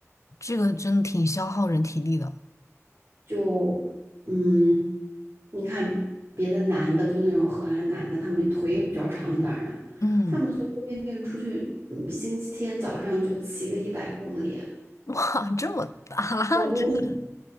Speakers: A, on the left; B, on the right.
A: 这个真的挺消耗人体力的。
B: 就嗯，你看别的男的，就那种荷兰男的，他们腿也比较长，当然，
A: 嗯，
B: 他们随随便便出去，嗯星期天早上就骑个一百公里，
A: 哇，这么大，<laughs>
B: 我就
A: 这个
B: <laughs>